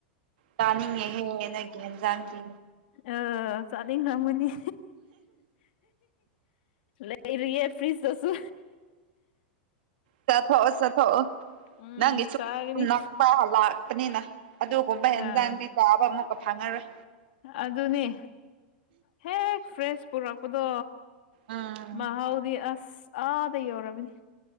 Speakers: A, on the right; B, on the left.
A: ꯇꯥꯅꯤꯡꯉꯦ ꯍꯦ ꯅꯒꯦꯟꯖꯥꯡꯗꯤ꯫
B: ꯑ ꯆꯥꯠꯅꯤꯡ ꯈꯝꯒꯅꯤ꯫ ꯂꯩꯥꯏꯔꯤꯌꯦ ꯐ꯭ꯔꯤꯖ ꯇꯁꯨ
A: ꯆꯊꯑꯣ ꯆꯊꯑꯣ
B: ꯎꯝ
A: ꯅꯪꯒꯤꯁꯨ
B: ꯆꯥꯒꯅꯤ
A: ꯄꯥ ꯂꯥꯛꯄꯅꯤꯅ ꯑꯗꯨꯒꯨꯝꯕ ꯑꯦꯟꯖꯥꯡꯗꯤ
B: ꯑꯥ
A: ꯆꯥꯕ ꯑꯃꯨꯛꯀ ꯐꯥꯡꯉꯔꯣꯏ
B: ꯑꯗꯨꯅꯦ ꯍꯦꯛ ꯐ꯭ꯔꯦꯁ ꯄꯨꯔꯛꯄꯗꯣ
A: ꯎꯝ
B: ꯃꯥ ꯍꯥꯎꯗꯤ ꯑꯁ ꯑꯥꯗꯩꯣ ꯔꯕꯤꯅꯤ꯫